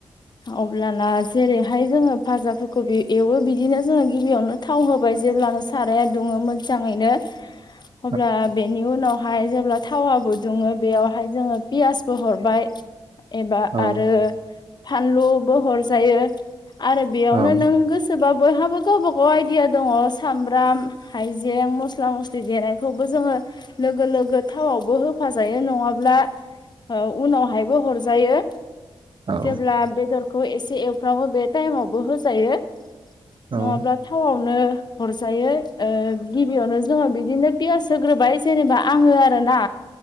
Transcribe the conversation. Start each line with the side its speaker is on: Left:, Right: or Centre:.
Left: अब्लाना जेरैहाय जोङो फाजाफोरखौ एवो बिदिनो जोङो गिबियावनो थाव होबाय जेब्लानो साराया दुङो मोजाङैनो
Right: <inaudible>
Left: होब्ला बे बेनि उनावहाय जेब्ला थावाबो दुङो बेयावहाय जोङो पियासबो हरबाय एबा
Right: औ
Left: आरो फानलुबो हरजायो आरो बेयावनो
Right: औ
Left: नों गोसो सोरबा बयहाबो गावबा गाव आइडिया दङ सामब्राम हाइजें मस्ला मस्लि देनायखौबो जोङो लोगो लोगो थावआवबो होफाजायो नङाब्ला औ उनावहायबो हरजायो
Right: औ
Left: जेब्ला बेदरखौ एसे एवफ्रावो बे टाइमावबो होजायो नङाब्ला
Right: औ
Left: थावआवनो हरजायो ओ गिबियावनो जोंङो बिदिनो पियास होग्रोबाय जेनेबा आङो आरो ना